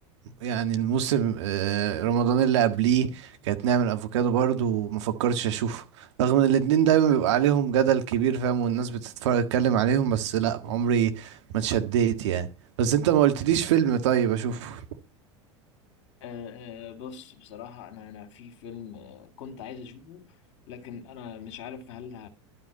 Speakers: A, on the right (about 70°); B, on the left (about 65°).
A: يعني الموسم آه، رمضان اللي قبليه كانت نعمة أفوكادو برضو مفكرتش أشوفه رغم إن الاتنين دايما بيبقى عليهم جدل كبير فاهم والناس بتتفرج تتكلم عليهم بس لا عمري ما اتشديت يعني بس انت ما قلتليش فيلم طيب أشوفه
B: آه، آه، بص بصراحة أنا أنا في فيلم آه، كنت عايز أشوفه لكن أنا مش عارف هل ه-